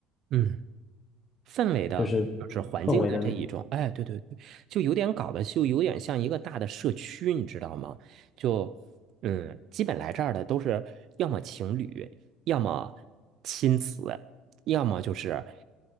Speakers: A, on the right (about 55°); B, on the left (about 20°).
A: 嗯，氛围的，
B: 就是
A: 就是环境的这一种。
B: 氛围的那
A: 哎，对对对，就有点搞得就有点像一个大的社区，你知道吗？就嗯，基本来这儿的都是要么情侣，要么亲子，要么就是